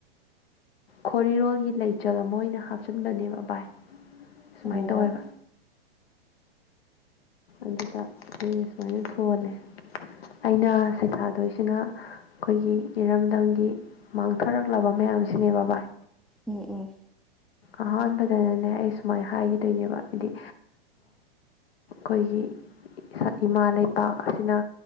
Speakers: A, on the left; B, in the centre.
A: ꯈꯣꯔꯤꯔꯣꯜꯒꯤ ꯂꯩꯆꯜ ꯑꯃ ꯑꯣꯏꯅ ꯍꯥꯞꯆꯤꯟꯕꯅꯦꯕ ꯕꯥꯥꯏ ꯁꯨꯃꯥꯏꯅ
B: ꯑꯣ
A: ꯇꯧꯋꯦꯕ ꯑꯗꯨꯗ ꯑꯩ ꯁꯨꯃꯥꯏꯅ ꯊꯣꯜꯂꯦ ꯑꯩꯅ ꯁꯩꯊꯥꯗꯣꯏꯁꯤꯅ ꯑꯩꯈꯣꯏꯒꯤ ꯏꯔꯝꯗꯝꯒꯤ ꯃꯥꯡꯊꯔꯛꯂꯕ ꯃꯌꯥꯝꯁꯤꯅꯦꯕ ꯕꯥꯥꯏ
B: ꯎꯝ ꯎꯝ
A: ꯑꯍꯥꯟꯕꯗꯅꯅꯦ ꯑꯩ ꯁꯨꯃꯥꯏꯅ ꯍꯥꯏꯈꯤꯗꯣꯏꯅꯦꯕ ꯍꯥꯏꯗꯤ ꯀꯒꯤ ꯏꯃꯥ ꯂꯩꯄꯥꯛ ꯑꯁꯤꯅ